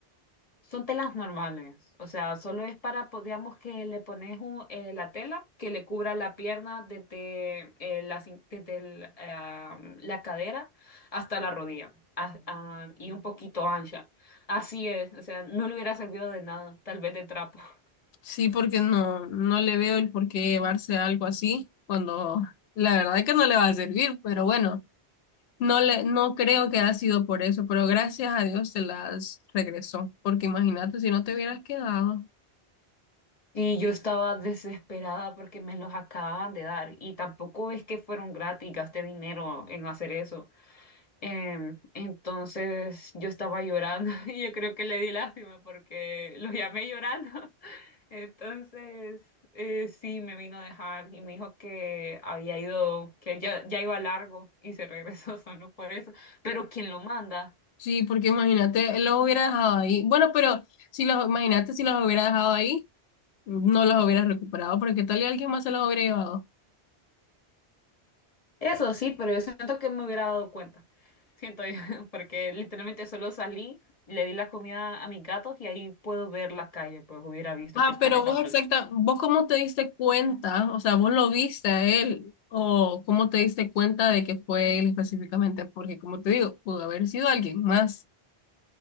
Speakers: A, on the left; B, on the left.
A: Son telas normales, o sea, solo es para, po- digamos que le pones un- eh, la tela que le cubra la pierna desde, eh, la, cin- desde el, ah, la cadera hasta la rodilla ah, ah, y un poquito ancha. Así es, o sea, no le hubiera servido de nada, tal vez de trapo. <laughs>
B: Sí, porque no, no le veo el por qué llevarse algo así, cuando la verdad es que no le va a servir, pero bueno. No le, no creo que ha sido por eso, pero gracias a Dios se las regresó, porque imagínate si no te hubieras quedado.
A: Y yo estaba desesperada porque me los acababan de dar y tampoco es que fueron gratis, gasté dinero en hacer eso. Em, entonces yo estaba llorando <laughs> y yo creo que le di lástima porque lo llamé llorando. <laughs> Entonces eh, sí me vino a dejar y me dijo que había ido, que ya, ya iba largo y se regresó <laughs> solo por eso. Pero ¿quién lo manda?
B: Sí, porque imagínate, los hubiera dejado ahí. Bueno, pero si los, imagínate si los hubiera dejado ahí, no los hubieras recuperado, porque ¿qué tal y alguien más se los hubiera llevado.
A: Eso sí, pero yo siento que me hubiera dado cuenta. Siento yo, <laughs> porque literalmente solo salí, le di la comida a mis gatos y ahí puedo ver la calle, pues hubiera visto
B: Ah,
A: que estaba
B: pero
A: esa
B: vos
A: bolsa.
B: exacta, vos cómo te diste cuenta, o sea, vos lo viste a él, o cómo te diste cuenta de que fue él específicamente, porque como te digo, pudo haber sido alguien más.